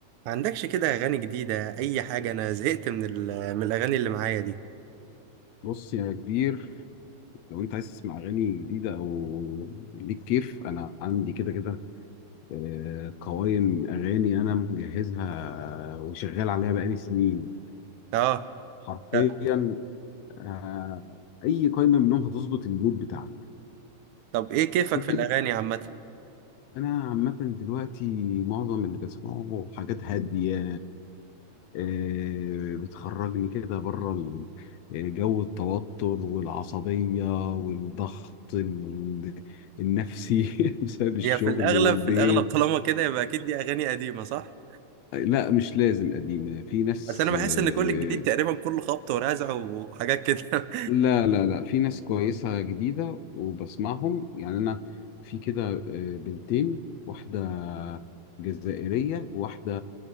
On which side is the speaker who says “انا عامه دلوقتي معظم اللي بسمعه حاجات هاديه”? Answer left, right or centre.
Left